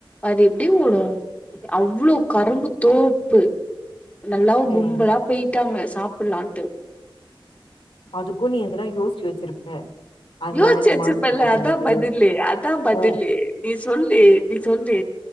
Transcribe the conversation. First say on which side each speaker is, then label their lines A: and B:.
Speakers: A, on the left; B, on the left.
A: அது எப்டி ஓடும் அவ்ளோ கரும்பு தோப்பு நல்லாவ
B: ம்
A: கும்பலா போயிட்டாங்க சாப்ப சாப்டலான்ட்டு
B: அதுக்கும் நீ இதல்லாம் யோசிச்சு வச்சிருப்ப அது
A: யோசிச்சிருப்பல
B: வாயில மாஸ்க் போட்டுந்தது
A: அதான் பதில்லு அதான் பதில்லு
B: அ
A: நீ சொல்லு நீ சொல்லு